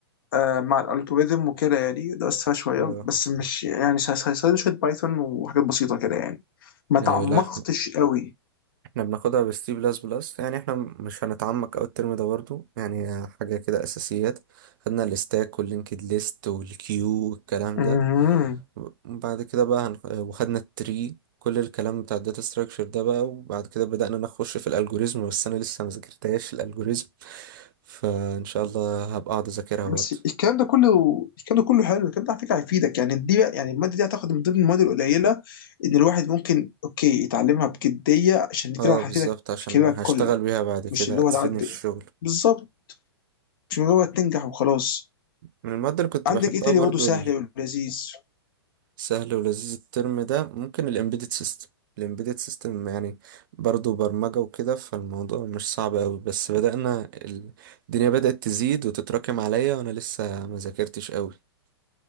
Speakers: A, on the left; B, on the right.
A: آه، مع الالجوريزم وكده يعني درست فيها شويه
B: اه
A: بس مش يعني س- س- س- شويه بايثون وحاجات بسيطه كده يعني ما تعمقتش
B: أيوة لا
A: قوي
B: احنا بناخدها بالسي بلس بلس يعني احنا مش هنتعمق اوي الترم ده برضو يعني هي حاجة كده اساسيات خدنا الستاك واللينكد ليست والكيو والكلام
A: مهم.
B: ده وبعد كده بقى هن... وخدنا التري كل الكلام بتاع الداتا ستراكشر ده بقى وبعد كده بدأنا نخش في الالجوريزم بس انا لسه ما ذاكرتهاش الالجوريزم فان شاء الله هبقى اقعد اذاكرها برضو
A: بس الكلام ده كله الكلام ده كله حلو الكلام ده على فكره هيفيدك يعني دي بقى- يعني الماده دي هتاخد من ضمن المواد القليله ان الواحد ممكن اوكي يتعلمها بجديه عشان دي
B: اه
A: فعلا
B: بالظبط
A: هتفيدك
B: عشان
A: في كاريرك
B: هشتغل
A: كله
B: بيها بعد كده
A: مش اللي
B: هتفيدني
A: هو تعدي
B: في الشغل
A: بالظبط مش مجرد تنجح وخلاص
B: من المواد اللي كنت
A: عندك
B: بحبها
A: ايه تاني
B: برضو
A: برضه سهل ولذيذ
B: سهل ولذيذ الترم ده ممكن الامبيدد سيستم الامبيدد سيستم يعني برضو برمجة وكده فالموضوع مش صعب قوي بس بدأنا ال- الدنيا بدأت تزيد وتتراكم عليا وانا لسه ما ذاكرتش قوي